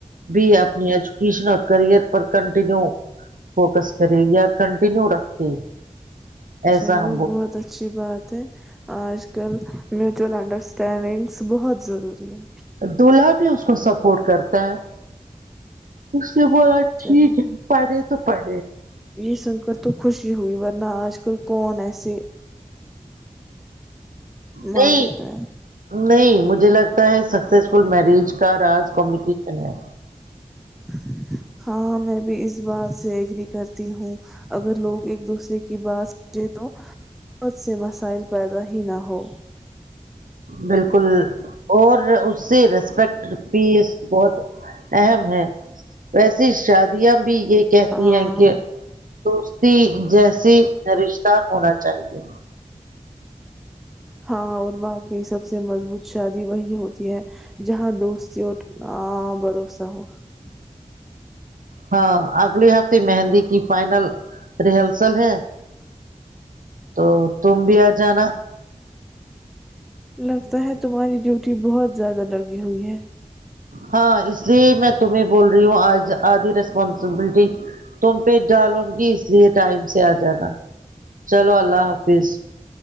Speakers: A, on the right; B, in the centre.
A: بھی ہے اپنی ایجوکیشن اور کرئر پر کنٹینیو فوکس کرے یا کنٹینیو رکھے ایسا
B: چلو
A: ہم وہ
B: بہت اچھی بات ہے آج کل میوچئول انڈرسٹینڈنگس بہت ضروری ہے
A: دلہا بھی اس کو سپورٹ کرتا اس سے بولا ٹھیک
B: چل
A: ہے پڑے ت پڑ
B: یہ سن کر تو خوشی ہوئی ورنہ آج کل کون ایسے مان
A: نہیں
B: لیتا ہے
A: نہیں مجھے لگتا ہے سکسیسفل میرج کا ر کمیونیکیشن ہے
B: ج ہاںاں میں بھی اس اس بات سے ایگری کرتی ہوں اگر لوگ ایک دوسرے کی بات کرچیں تو بہت سے مسائل پیدا ج نہ ہو
A: بالکل اور اس سے ریسپیکٹ پیس بہت اہم ہے ویسی شادیاں بھی یہ کہتی
B: ہاں
A: ہیں کہ دوستی جیسی رشتہ ہونا چاہے
B: ہاں اور واقعی سب سے مضبوط شادی وہی ہوتی ہے جہاں دوستی اور بھروسہ ہو
A: ہاں اگلے ہفتے مہندی کی فائنل ریہرسل ہے تو تم بھی آ جانا
B: لگتا ہے تمہاری ڈیوٹی بہت زیادہ لگی ہوئی ہے
A: ہاں اس لیے میں تمہیں بول رہی ہوں آج آدھی ریسپانسبلٹی تم پہ ڈالوں گی اس لیے ٹائم سے آ جانا چلو اللہ حافظ